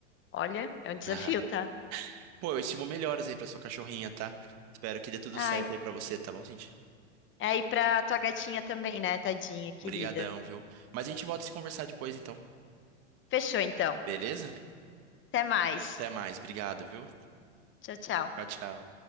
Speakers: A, on the left; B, on the right.
A: Olha, é um desafio,
B: <laughs>
A: tá?
B: Pô, eu estimo melhoras aí pra sua cachorrinha, tá? Espero que dê tudo
A: Ai,
B: certo aí pra você, tá bom, gente?
A: é aí pra tua gatinha também, né, tadinha, querida?
B: Obrigadão, viu? Mas a gente volta a se conversar depois, então.
A: Fechou então.
B: Beleza?
A: Até mais.
B: Até mais, obrigado, viu?
A: Tchau, tchau.
B: Tchau, tchau.